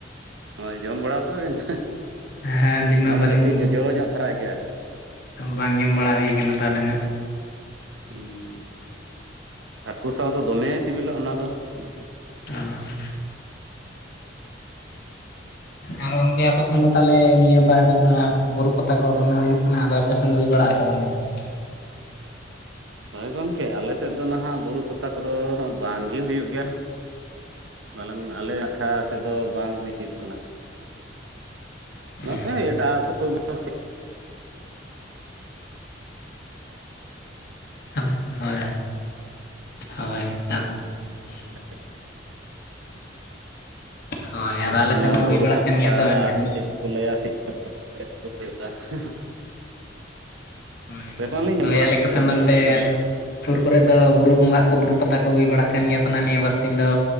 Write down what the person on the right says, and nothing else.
ᱦᱳᱭ ᱡᱚᱢ ᱵᱟᱲᱟ ᱠᱟᱜᱼᱟ ᱵᱮᱱ,
ᱚᱱᱟ
ᱫᱚ
ᱠᱟᱹᱴᱤᱡ ᱡᱚᱡᱚ ᱧᱚᱜ ᱫᱷᱟᱨᱟ ᱜᱮᱟ᱾
<unintelligible> ᱦᱟᱹᱠᱩ ᱥᱟᱣ ᱫᱚ ᱫᱚᱢᱮ ᱥᱤᱵᱤᱞᱟ ᱚᱱᱟ ᱫᱚ ᱮᱠᱫᱚᱢ ᱾
ᱦᱳᱭ ᱜᱚᱢᱠᱮ ᱟᱞᱮ ᱥᱮᱫ ᱫᱚ ᱱᱟᱦᱟᱜ ᱵᱩᱨᱩ ᱯᱟᱛᱟ ᱠᱚᱫᱚ ᱵᱟᱝ ᱜᱮ ᱦᱩᱭᱩᱜ ᱜᱮᱭᱟ᱾ ᱵᱟᱞᱟᱝ ᱟᱞᱮ ᱟᱠᱷᱟ ᱥᱮᱫ ᱫᱚ ᱵᱟᱝ ᱦᱩᱭᱩᱜ ᱠᱟᱱᱟ ᱾
ᱱᱚᱜᱼᱚᱭ ᱮᱴᱟᱜ ᱠᱚᱫᱚ
<unintelligible> <inaudible>
ᱮᱠᱷᱟᱱ
ᱱᱚᱣᱟ
ᱵᱩᱨᱩ
ᱯᱟᱛᱟ
ᱟᱨ ᱪᱮᱫ ᱠᱚ ᱞᱟᱹᱭᱟ <unintelligible>
ᱟᱯᱮ ᱥᱮᱱ ᱞᱤᱧ ᱧᱮᱞ
ᱵᱟᱲᱟ
ᱞᱤᱧ
ᱫᱚᱢᱮ
ᱱᱚᱣᱟ ᱥᱳᱥᱟᱞ